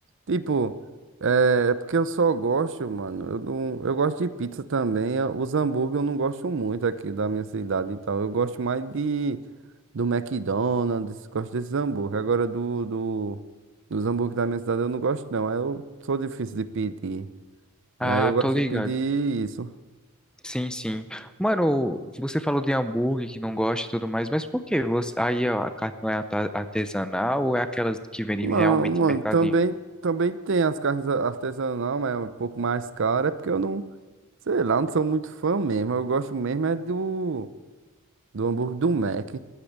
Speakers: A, on the right; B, in the centre.
A: Tipo, é, é porque eu só gosto, mano. Eu não, eu gosto de pizza também. eu- Os hambúrguer eu não gosto muito aqui da minha cidade e tal. Eu gosto mais de do McDonald's, gosto desses hambúrguer. Agora do, do dos hambúrguer da minha cidade eu não gosto não. Aí eu sou difícil de pedir.
B: Ah,
A: E aí eu gosto
B: tô ligado.
A: de pedir isso.
B: Sim, sim. Mano, você falou de hambúrguer que não gosta e tudo mais, mas por que você... aí ó, a carne não é ata- artesanal ou é aquelas que vendem
A: Não,
B: realmente
A: mano,
B: em mercadinho?
A: também, também tem as carnes artesanais mas é um pouco mais cara, é porque eu não, sei lá, não sou muito fã mesmo. Eu gosto mesmo é do, do hambúrguer do Mac.